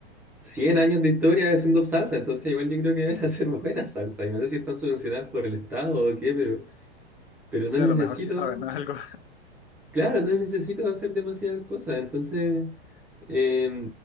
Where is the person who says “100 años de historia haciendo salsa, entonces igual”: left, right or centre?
Centre